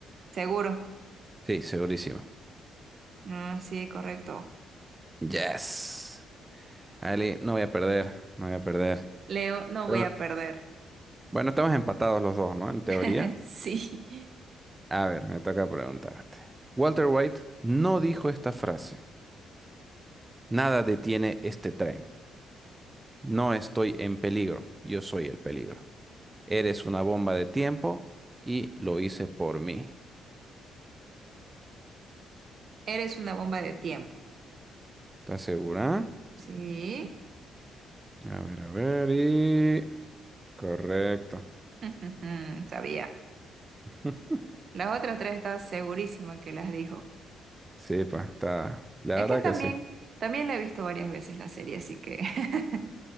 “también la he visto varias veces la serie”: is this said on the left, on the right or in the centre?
Right